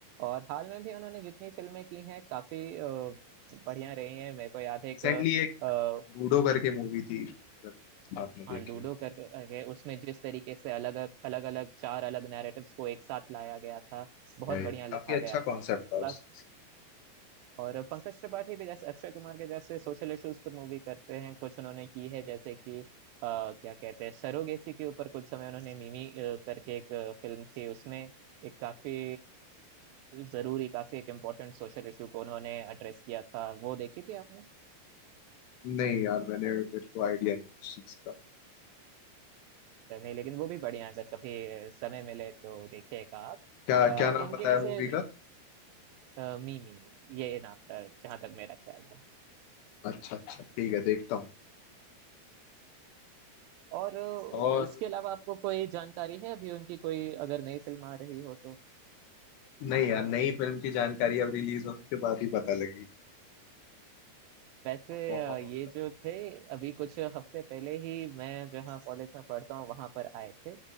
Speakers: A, on the right; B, on the left.
A: और हाल में भी उन्होंने जितनी फिल्में की हैं काफी अ, बढ़िया रही हैं मेरे को याद है
B: रिसेंटली
A: एक
B: एक
A: अ,
B: लूडो करके मूवी थी अगर आपने देखी
A: हाँ लूडो
B: हो
A: कर करके उसमें जिस तरीके से अलग अलग अलग चार अलग नैरेटिव्स को एक साथ लाया गया था बहुत
B: भाई
A: बढ़िया लिखा
B: काफी अच्छा
A: गया
B: कॉन्सेप्ट
A: था
B: था
A: बस
B: उस
A: और पंकज त्रिपाठी भी जैसे अक्षय कुमार के जैसे सोशल इश्यूज पर मूवी करते हैं कुछ उन्होंने की है जैसे कि अ, क्या कहते हैं सरोगेसी के ऊपर कुछ समय उन्होंने मिमी अ, करके एक फिल्म थी उसमें एक काफी जरूरी काफी एक इम्पोर्टेंट सोशल इशू को उन्होंने एड्रेस किया था वो देखी थी आपने
B: नहीं यार मैंने मेरे को आइडिया नहीं उस चीज का
A: अ, नहीं लेकिन वो भी बढ़िया है, अगर कभी समय मिले तो देखिएगा आप
B: क्या
A: अ,
B: क्या नाम
A: उनकी
B: बताया
A: वैसे
B: मूवी का
A: अ, मिमी ये नाम था जहाँ तक मेरा ख्याल है
B: अच्छा अच्छा ठीक है देखता हूँ
A: और अ,
B: और
A: इसके अलावा आपको कोई जानकारी है अभी उनकी कोई अगर नई फिल्म आ रही हो तो
B: नहीं यार नई फिल्म की जानकारी अब रिलीज होने के बाद ही पता लगी
A: वैसे
B: और-
A: अ, ये जो थे अभी कुछ हफ्ते पहले ही मैं जहाँ कॉलेज में पढ़ता हूँ वहाँ पर आए थे